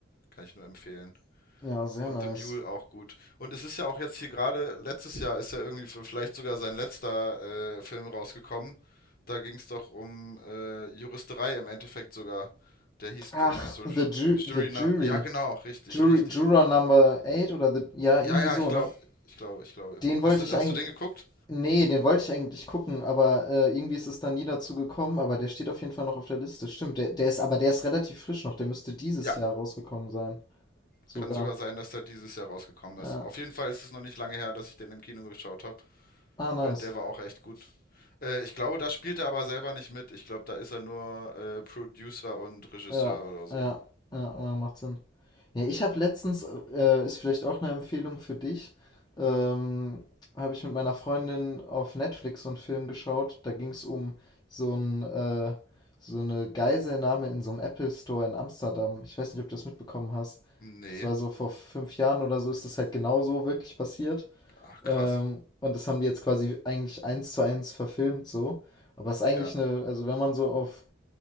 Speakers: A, on the left; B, on the left.
A: kann ich nur empfehlen.
B: ja, sehr
A: Und
B: nice.
A: The Mule auch gut. Und es ist ja auch jetzt hier gerade, letztes Jahr ist ja irgendwie für- vielleicht sogar sein letzter äh, Film rausgekommen. Da ging es doch um äh, Juristerei im Endeffekt sogar. Der hieß
B: Ach,
A: irgendwie so
B: The,
A: J-
B: Ju
A: Jury
B: The Jury.
A: Now. Ja, genau, richtig,
B: Jury.
A: richtig.
B: Juror Number 8 oder the, ja,
A: Ja,
B: irgendwie
A: ja,
B: so,
A: ich glaube,
B: ne?
A: ich glaube, ich glaube.
B: Den wollte
A: Hast du,
B: ich
A: hast
B: eigentlich.
A: du den geguckt?
B: Nee, den wollte ich eigentlich gucken, aber äh, irgendwie ist es dann nie dazu gekommen, aber der steht auf jeden Fall noch auf der Liste. Stimmt, der, der ist, aber der ist relativ frisch noch, der müsste dieses
A: Ja,
B: Jahr rausgekommen sein. Sogar.
A: kann sogar sein, dass der dieses Jahr rausgekommen
B: Ja.
A: ist. Auf jeden Fall ist es noch nicht lange her, dass ich den im Kino geschaut habe.
B: Ah, nice.
A: Und der war auch echt gut. Äh, ich glaube, da spielt er aber selber nicht mit. Ich glaube, da ist er nur äh, Producer und Regisseur
B: Ja,
A: oder so.
B: ja, ja, aber macht Sinn. Ja, ich habe letztens, äh, ist vielleicht auch eine Empfehlung für dich, ähm, habe ich mit meiner Freundin auf Netflix so einen Film geschaut. Da ging es um so ein, äh, so eine Geiselnahme in so einem Apple Store in Amsterdam. Ich weiß nicht, ob du das mitbekommen hast.
A: Nee.
B: Das war so vor fünf Jahren oder so, ist das halt genau so wirklich passiert.
A: Ach,
B: Ähm,
A: krass.
B: und das haben die jetzt quasi eigentlich eins zu eins verfilmt so. Aber es ist eigentlich
A: Ja,
B: eine, also wenn man so auf